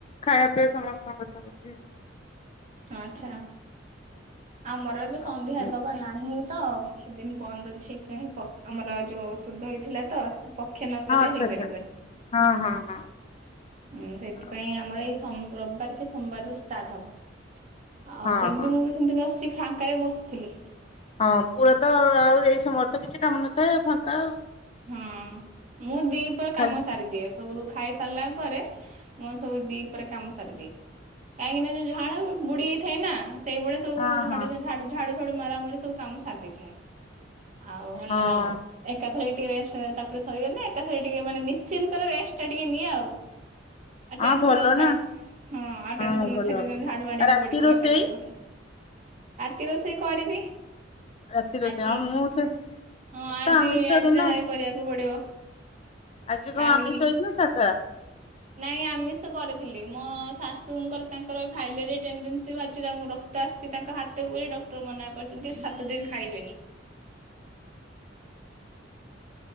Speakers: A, on the left; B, on the right.
A: ଖାଇବା ପିଇବା ସମସ୍ତଙ୍କ କଥା ବୁଝେ।
B: ଆଛା ଆମର ଏବେ
A: ଆଉ
B: ସନ୍ଧ୍ୟା
A: ହଁ
B: ହେଇ ଦବ। ନାହିଁ ତ କିଛି ଦିନ ବନ୍ଦ ଅଛି ଆମର ଯୋଉ ଶୁଦ୍ଧ ହେଇଥିଲା ତ ସେ ପକ୍ଷେ ନଗଲେ
A: ଆଚ୍ଛା
B: ହେଇପାରିବନି।
A: ଆଚ୍ଛା ହଁ ହଁ ହଁ।
B: ହଁ ସେଥିପାଇଁ
A: ଆଉ
B: ଆମର ଏଇ ରବିବାର କି ସୋମବାର ରୁ ଷ୍ଟାର୍ଟ ହବ। ଆଉ
A: ହଁ
B: ସେମିତି
A: ହଁ।
B: ମୁଁ ବି ସେମିତି ବସିଛି ଫାଙ୍କାରେ ବସିଥିଲି।
A: ହଁ ପୁରା ତ ଆଉ ଏଇ ସମୟରେ ତ କିଛି କାମ ନଥାଏ ଫାଙ୍କା ଆଉ।
B: ହୁଁ ମୁଁ ଦିପହରେ
A: ଖାଲି
B: କାମ ସାରିଦିଏ ସବୁରୁ। ଖାଇ ସାରିଲା ପରେ ମୁଁ ସବୁ ଦିପହରେ କାମ ସାରିଦିଏ। କାହିଁକି ନା ଯୋଉ ଝାଳ ବୁଡି ଯାଇଥାଏ ନା ସେଇଭଳିଆ। ଯଉ
A: ହଁ
B: ଝାଡୁ
A: ହଁ।
B: ଝାଡୁ ଫାଡୁ ମାରାମରି ସବୁ କାମ ସଧିଥାଏ ଆଉ ହେଲା।
A: ହଁ
B: ଏକା- ଥରେ ଟିକେ ରେଷ୍ଟ ତାପରେ ସରିଗଲେ ଏକଥରେ ଟିକେ ମାନେ ନିଶ୍ଚିନ୍ତରେ ରେଷ୍ଟ ଟା ଟିକେ ନିଏ ଆଉ। ଆଉ
A: ହଁ
B: ଟେନସନ
A: ଭଲ
B: ନଥାଏ
A: ନା
B: ହଁ ଆଉ
A: ହଁ
B: ଟେନସନ
A: ଭଲ
B: ନଥାଏ ଯେ ଝାଡୁ ମାରିବାକୁ
A: ରାତି
B: ପଡିବ
A: ରୋଷେଇ
B: ଏଟା କରିବା ଘରେ ରାତି ରୋଷେଇ କରିବି।
A: ରାତି ରୋଷେଇ
B: ଆଜି
A: ହଁ ମୁଁ ସେ
B: ହଁ
A: ତ
B: ଆଜି
A: ଆମିଷ
B: ଆଜି
A: ଦିନ।
B: ଯାହାଲେ କରିବାକୁ ପଡିବ।
A: ଆଜି କଣ
B: କାଲି
A: ଆମିଷ ହୋଇଛି ନା ସାଧା?
B: ନାଇଁ ଆମିଷ କରିଥିଲି ମୋ ଶାଶୁଙ୍କର ତାଙ୍କର ଫାଇଲେରି ଟେନଡେନସି ବା। ତାଙ୍କୁ ରକ୍ତ ଆସିଛି ତାଙ୍କ ହାତକୁ ବୋଲି ଡକ୍ଟର ମନା କରିଛନ୍ତି ସାତ ଦିନ ଖାଇବେନି।